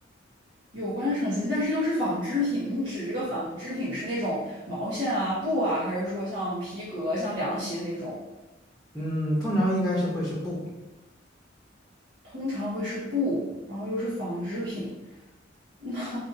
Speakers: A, on the right; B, in the centre.
A: 有观赏性，但是又是纺织品。你指这个纺织品是那种毛线啊、布啊，还是说像皮革、像凉席那种？
B: 嗯，通常应该是会是布。
A: 通常会是布，然后又是纺织品。<laughs> 那